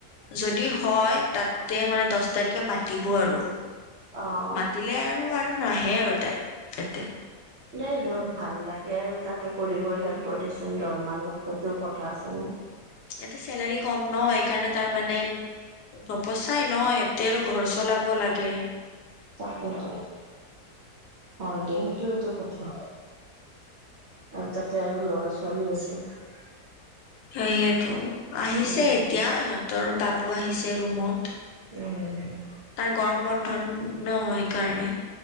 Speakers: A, on the left; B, on the right.
A: যদ দি হয় তাতে মানে দছ তাৰিখে মাতিব আৰু৷
B: অ'।
A: মাতিলে আৰু আৰু নাহে আৰু তাই৷এতে
B: এ যত ভাল লাগে আৰু তাতে কৰিবই লাগিব দেচোন দৰম মাৰ লগতো কথা আছে ন৷
A: ইয়াতে চেলাৰি কম ন এইকাৰণে তাৰমানে নপচাই ন? এতে আৰু ঘৰ চলাব লাগে৷
B: তাকেটো৷ হয় দে সেইটোৱেটো কথা৷ আৰু তাতে আৰু ল'ৰা ছোৱালী আছে৷
A: সেইয়েটো৷ আহিছে
B: উম,
A: এতিয়া সিহঁতৰ বাবু আহিছে ৰুমত৷
B: উম,
A: তাৰ গৰম বন্ধ ন? সেই কাৰণে৷